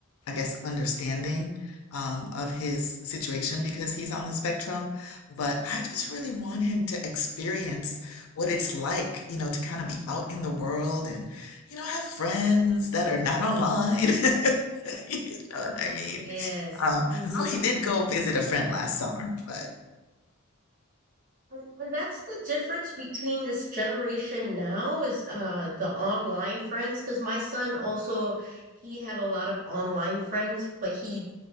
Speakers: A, on the left; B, on the right.
A: I guess, understanding um, of his situation because he's on the spectrum. But I just really want him to experience what it's like, you know, to kind of be out in the world and, you know, have friends that are not online. <laughs> You know what I mean?
B: Yes.
A: Um,
B: hmm
A: though he did go visit a friend last summer, but
B: And, and that's the difference between this generation now is uh the online friends because my son also he had a lot of online friends, but he